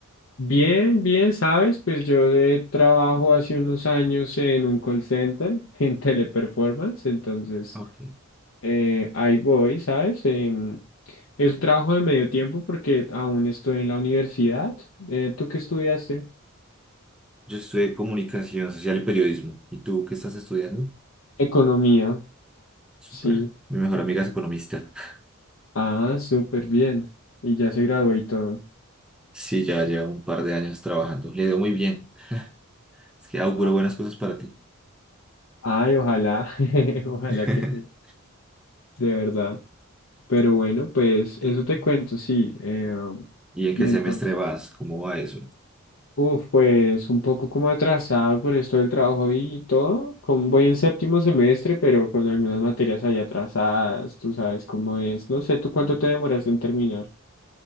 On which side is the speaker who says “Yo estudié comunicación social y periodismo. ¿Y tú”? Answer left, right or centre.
Centre